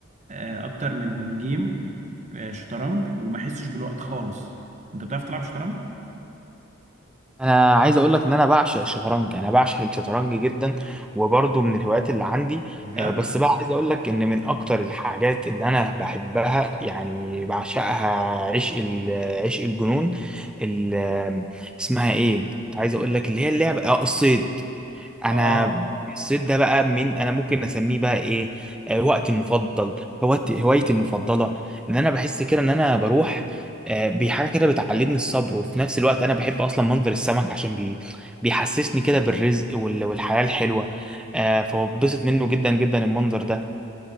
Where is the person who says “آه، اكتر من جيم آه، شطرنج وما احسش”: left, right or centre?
Right